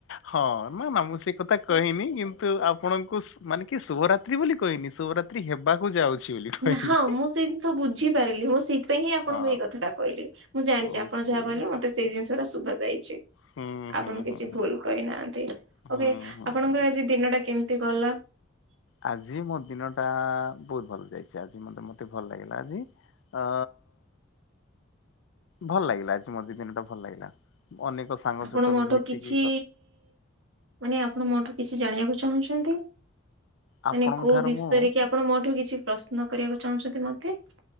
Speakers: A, on the left (about 75°); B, on the right (about 75°).
A: ହଁ ନା ନା ମୁଁ ସେ କଥା କହିନି କିନ୍ତୁ ଆପଣଙ୍କୁ ମାନେ କି ଶୁଭରାତ୍ରି ବୋଲି କ କହିନି ଶୁଭରାତ୍ରୀ ହେବାକୁ ଯାଉଛି ବୋଲି କହିଲି
B: ହଁ ମୁଁ ସେଇ ଜିନିଷ ବୁଝିପାରିଲି ମୁଁ ସେଇଥିପାଇଁ ହିଁ ଆପଣଙ୍କୁ
A: ହଁ
B: ଏଇ କଥାଟା କହିଲି ମୁଁ ଜାଣି ଛି
A: ଓକେ।
B: ଆପଣ ଯାହା କହିଲେ ମତେ ସେଇ ଜିନିଷ ଟା ଶୁଭ ଯାଇଛି
A: ହୁଁ ହୁଁ
B: ଆପଣ
A: ହୁଁ
B: କିଛି
A: ହୁଁ
B: ଭୁଲ କହିନାହାନ୍ତି।
A: ହୁଁ
B: ଓକେ
A: ହୁଁ ହୁଁ
B: ଆପଣଙ୍କର
A: ହୁଁ।
B: ଆଜି ଦିନ ଟା କେମିତି ଗଲା।
A: ଆଜି ମୋ ଦିନ ଟା ବହୁତ ଭଲ ଯାଇଛି ଆଜି ମତେ ମତେ ଭଲ ଲାଗିଲା ଆଜି ଅ। ଭଲ ଲାଗିଲା ଆଜି ମୋ ଦି ଦିନ ଟା ଭଲ ଲାଗିଲା। ଅନେକ ସାଙ୍ଗ
B: ଆପଣ
A: ସହିତ
B: ମୋଠୁ
A: ବି ଭେଟିକି
B: କିଛି ମାନେ ଆପଣ ମୋଠୁ କିଛି। ଜାଣିବାକୁ ଚାହୁଁଛନ୍ତି ମାନେ
A: ଆପଣଙ୍କ
B: କୋଉ
A: ଠାରୁ
B: ବିଷୟରେ
A: ମୁଁ
B: କି ଆପଣ ମୋଠୁ କିଛି। ପ୍ରଶ୍ନ କରିବାକୁ ଚାହୁଁଛନ୍ତି ମତେ।